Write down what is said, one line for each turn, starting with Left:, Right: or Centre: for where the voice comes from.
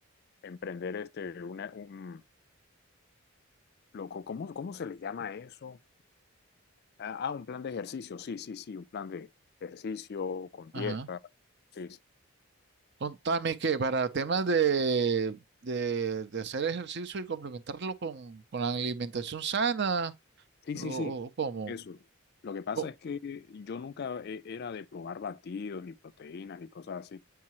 Left: emprender este, una, un, loco, ¿cómo, cómo se le llama eso? Ah, ah, un plan de ejercicio. Sí, sí, sí, un plan de ejercicio con dieta.
Right: ajá.
Left: Sí, sí,
Right: Contame que para temas de, de, de hacer ejercicio y complementarlo con, con la alimentación sana
Left: sí,
Right: o,
Left: sí, sí,
Right: o cómo.
Left: eso. Lo que pasa
Right: Co-
Left: es que yo nunca eh, era de probar batidos, ni proteínas, ni cosas así.